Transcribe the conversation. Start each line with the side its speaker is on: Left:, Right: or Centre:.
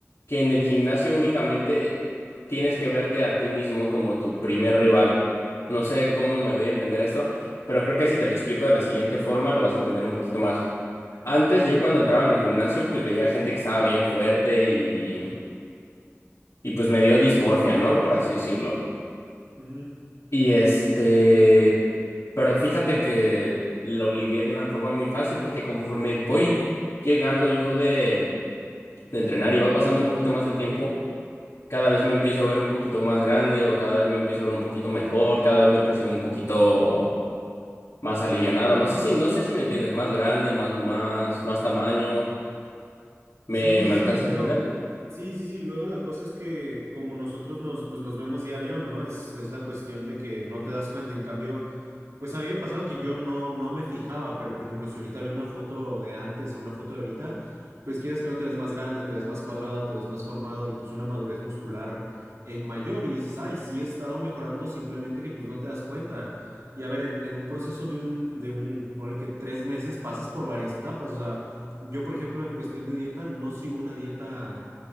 Left: Que en el gimnasio únicamente tienes que verte a ti mismo como tu primer rival. No sé cómo me doy a entender esto, pero creo que si te lo explico de la siguiente forma lo vas a entender un poquito más. Antes yo cuando entraba en el gimnasio pues veía gente que estaba bien fuerte y, y pues me dio dismorfia, ¿no? Por así decirlo.
Right: Ujú.
Left: Y este, pero fíjate que lo lidié de una forma muy fácil porque conforme voy llegando yo de, de entrenar y va pasando un poquito más el tiempo, cada vez me empiezo a ver un poquito más grande o cada vez me empiezo a ver un poquito mejor, cada vez me percibo un poquito más alivianado. No sé si, no sé si me entiendes, más grande, más, más, más tamaño. ¿Me,
Right: Sí, sí,
Left: me
Right: sí,
Left: alcanzas
Right: pero
Left: a entender?
Right: sí, sí, sí. Luego la cosa es que como nosotros nos, pues nos vemos diario, ¿no? Es, es la cuestión de que no te das cuenta. En cambio, pues a mí me pasaba que yo no, no me fijaba, pero por ejemplo, si ahorita veo una foto de antes o una foto de ahorita, pues quieres que no te ves más grande, te ves más cuadrado, te ves más formado y pues una madurez muscular eh, mayor y dices, ay, sí he estado mejorando, simplemente que pues no te das cuenta. Y a ver, en, en un proceso de un, de un, ponle que tres meses pasas por varias etapas, o sea... Yo, por ejemplo, en cuestión de dieta, no sigo una dieta,